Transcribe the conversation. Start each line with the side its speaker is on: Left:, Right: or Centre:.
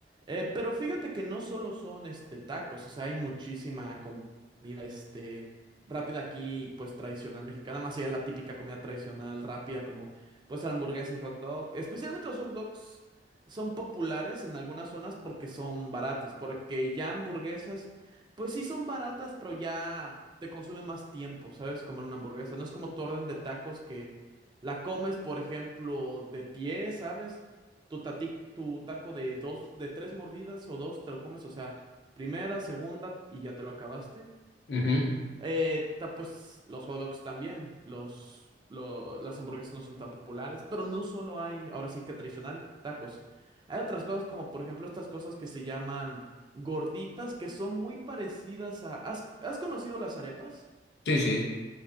Right: Eh, pero fíjate que no solo son este tacos, o sea, hay muchísima comida este rápida aquí, pues tradicional mexicana, más allá de la típica comida tradicional rápida como pues hamburguesa y hot dog. Especialmente los hot dogs son populares en algunas zonas porque son baratos, porque ya hamburguesas, pues sí son baratas, pero ya te consume más tiempo, ¿sabes? Comer una hamburguesa. No es como tu orden de tacos que la comes, por ejemplo, de pie, ¿sabes? tu, tati- tu taco de dos, de tres mordidas o dos te lo comes, o sea, primera, segunda y ya te lo acabaste.
Left: Ujú.
Right: Eh, ta- pues los hot dogs también, los, lo- las hamburguesas no son tan populares, pero no solo hay, ahora sí que tradicional, tacos. Hay otras cosas como por ejemplo estas cosas que se llaman gorditas, que son muy parecidas a... ¿Has, has conocido las arepas?
Left: Sí, sí.